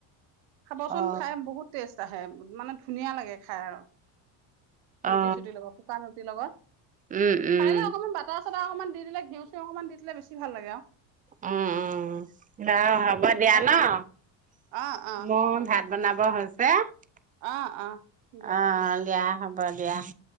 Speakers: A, on the right; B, on the right.
A: খাবচোন।
B: অ
A: খাই বহুত টেষ্ট আছে। হে মানে ধুনীয়া লাগে খাও ৰুটি
B: অ
A: চুটিৰ লগত শুকান ৰুটিৰ লগত
B: উম উম
A: পাৰিলে অকনমান বাতাৰ বাতাস চা তাৰ অকমান দি দিলে ঘিউ চিউ অকণমান দি দিলে বেছি ভাল লাগে আৰু
B: উম -উম বাৰু হব
A: যদি
B: দিয়া
A: দিয়ে
B: ন
A: অ অ
B: মোৰ
A: হ'ব
B: ভাত
A: দিয়ক
B: বনাবৰ হৈছ <unintelligible>
A: অ অ দিয়ক
B: অ দিয়া হব দিয়া <inaudible>